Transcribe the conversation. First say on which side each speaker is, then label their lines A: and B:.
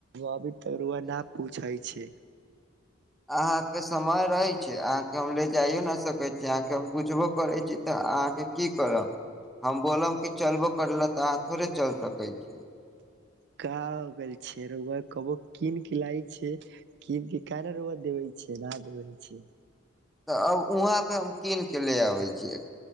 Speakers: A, on the right; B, in the centre.
A: अभी तक रउआ न पूछै छै
B: अहाके समय रहै छै अहाँके हम ले जाइयो न सकैत छी अहाँके हम पूछबो करै तऽ अहाँके की करब हम बोलम कि चलबो करल तऽ अहाँ थोड़े चलि सकैत छी
A: क हो गेल छै रउआ कबो कीन के लााय छै कीन के कना रउआ देबै छै न देबै छै
B: तऽ अब वहा पे हम कीन के ले आबै छीियैा